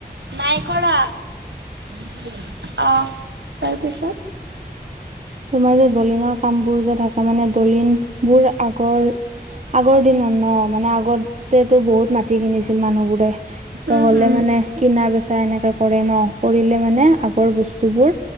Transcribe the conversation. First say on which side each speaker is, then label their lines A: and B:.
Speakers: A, on the right; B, on the right.
A: নাই কৰা। অ', তাৰপিছত?
B: তোমাৰ যে দলিনৰ কাম বোৰ যে থাকে মানে দলিন বোৰ আগৰ আগৰ দিনত ন', মানে আগতেতো বহুত মাটি কিনিছিল মানুহবোৰে। তহ'লে
A: উম হুম
B: মানে কিনা বেচা এনেকে কৰে ন' কৰিলে মানে আগৰ বস্তুবোৰ